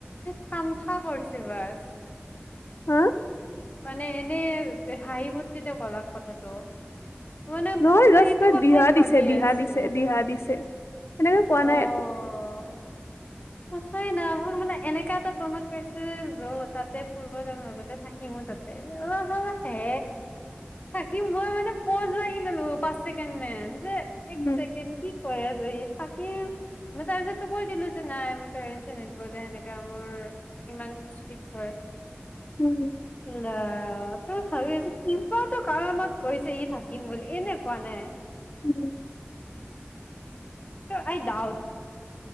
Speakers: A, on the left (about 35°); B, on the left (about 80°).
A: থামঠা কৰিছে বাছ।
B: হা।
A: মানে এনে হাঁহি-ফূৰ্তিতে ক'লাক কথাটো। মানে
B: নহয়
A: মই
B: যাষ্ট
A: সেইটো
B: তাই
A: কথাই
B: দিহা
A: ভাবি
B: দিছে দিহা
A: আছো
B: দিছে দিহা দিছে। সেনেকে কোৱা
A: অ'।
B: নাই একো।
A: সঁচাই না মোৰ মানে এনেকা এটা তনত কৈছে ৰ তাতে ফুৰ্বা যাম লগতে থাকিমো তাতে অহ হে থাকিম মই মানে পজ লাগি গলো পাঁচ ছেকেণ্ডমান যে। এক
B: উম
A: ছেকেণ্ড কি। কৈ আছে সি। থাকিম তাৰ পিছত কৈ দিলোঁ যে নাই মই প্ৰেৰেনছয়ে নিদিবযে সেনেকা মোৰ ইমান স্ত্ৰীক হয়।
B: উম
A: অ। <unintelligible> ভাবি আছোঁ কিবাটো কাৰণত কৈছে সি থাকিম বুলি এনে কোৱা নাই।
B: উম
A: আই ডাউট।